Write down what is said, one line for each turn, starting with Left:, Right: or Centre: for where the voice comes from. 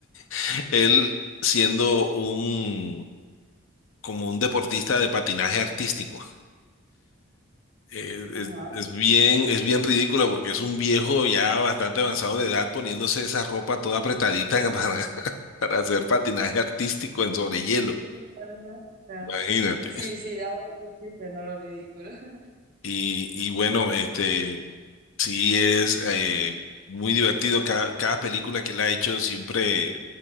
Left: <laughs> él siendo un, como un deportista de patinaje artístico. Eh,
Right: Ajá.
Left: Es, es bien, es bien ridícula porque es un viejo ya bastante avanzado de edad poniéndose esa ropa toda apretadita <laughs> para, para hacer patinaje artístico en sobre hielo.
Right: A mí me suena.
Left: Imagínate.
Right: Sí, sí, daba otro chiste, no lo ridículo. <laughs>
Left: Y, y bueno, este Sí, es eh, muy divertido. Cada, cada película que él ha hecho siempre